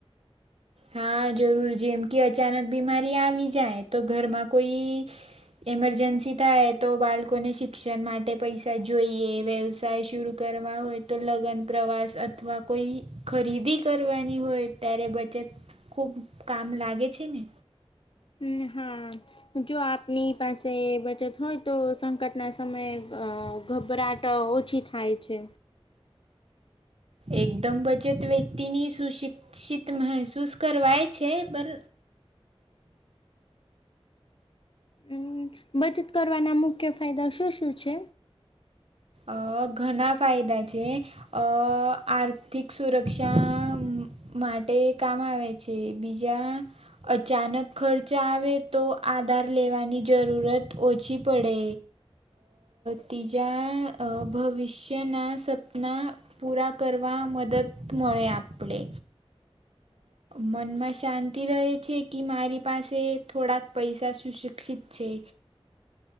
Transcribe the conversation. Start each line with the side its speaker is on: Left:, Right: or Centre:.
Right: હા જરૂર જેમ કે અચાનક બીમારી આવી જાય તો ઘરમાં કોઈ ઇમરજન્સી થાય તો બાળકોને શિક્ષણ માટે પૈસા જોઈએ વ્યવસાય શુરૂ કરવા હોય તો લગન પ્રવાસ અથવા કોઈ ખરીદી કરવાની હોય ત્યારે બચત ખૂબ કામ લાગે છે ને.
Left: હમ હા. જો આપની પાસે એ બચત હોય તો સંકટના સમયે અ ગભરાટ ટ ઓછી થાય છે.
Right: એકદમ બચત વ્યક્તિ ની સુશિક્ષિત મહેસૂસ કરવાય છે પર
Left: હમ બચત કરવાના મુખ્ય ફાયદા શું શું છે?
Right: અ ઘણા ફાયદા છે. અ આર્થિક સુરક્ષા માટે કામ આવે છે બીજા. અચાનક ખર્ચ આવે તો આધાર લેવાની જરૂરત ઓછી પડે. તિજ ભવિષ્યના સપના પૂરા કરવા મદદ મળે આપણે. મનમાં શાંતિ રહે છે કે મારી પાસે થોડાક પૈસા સુશિક્ષિત છે.
Left: હ. <inaudible>